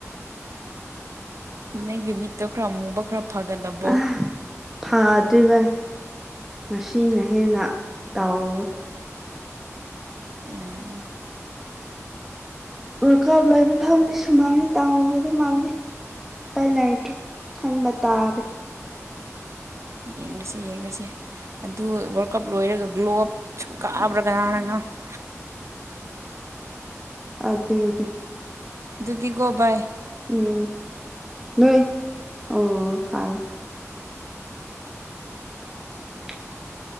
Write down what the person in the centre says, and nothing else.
ꯑꯥ ꯐꯥꯗꯣꯢꯕꯥꯢ ꯉꯁꯤꯅ ꯍꯦꯟꯅ ꯇꯧꯋꯦ
ꯋꯥꯥꯜ ꯀꯥꯞ ꯂꯣꯏꯕ ꯐꯥꯎꯗꯤ ꯁꯨꯃꯥꯏꯅ ꯇꯥꯎꯒꯗꯧ <unintelligible> <unintelligible> ꯈꯪꯕ ꯇꯥꯔꯦ
ꯑꯗꯨꯅꯤ
ꯎꯝ ꯅꯣꯏ ꯑꯣ ꯐꯥꯔꯦ <inaudible>